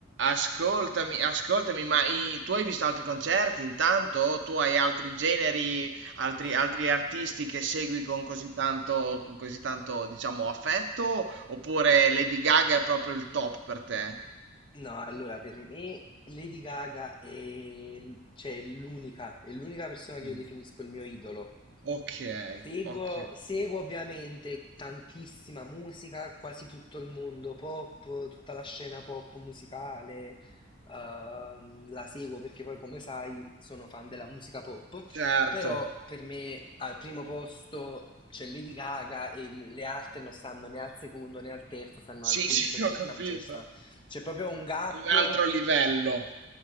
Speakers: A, on the right; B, on the left.
A: Ascoltami, ascoltami, ma i- tu hai visto altri concerti intanto? O tu hai altri generi, altri,
B: Io
A: altri artisti che segui con così tanto, con così tanto, diciamo, affetto? Oppure Lady Gaga è proprio il top per te?
B: No, allora per me Lady Gaga è, cioè, è l'unica, è l'unica persona che
A: Mm.
B: io definisco il mio idolo.
A: Ok,
B: Seguo,
A: ok,
B: seguo ovviamente tantissima musica, quasi tutto il mondo pop, tutta la scena pop musicale, ehm, la seguo perché poi come sai sono fan della musica pop,
A: certo.
B: però per me al primo posto c'è Lady Gaga e le altre non stanno né al secondo né al terzo, stanno
A: Sì,
B: al quinto
A: sì,
B: direttamente,
A: <laughs> ho capito.
B: cioè ci sta c'è proprio un gap.
A: Un altro livello.